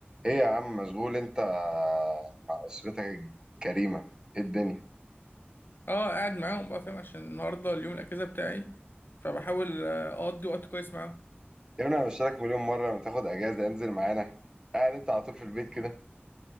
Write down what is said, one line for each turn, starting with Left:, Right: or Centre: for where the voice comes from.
Right: ايه يا عم مشغول انت مع اسرتك الكريمه ايه الدنيا
Left: اه قاعد معاهم بقى فاهم عشان النهارده اليوم الاجازه بتاعي فبحاول آه، اقضي وقت كويس معاهم
Right: يا ابني انا بشترك مليون مره لما تاخد اجازه انزل معانا قاعد انت على طول في البيت كده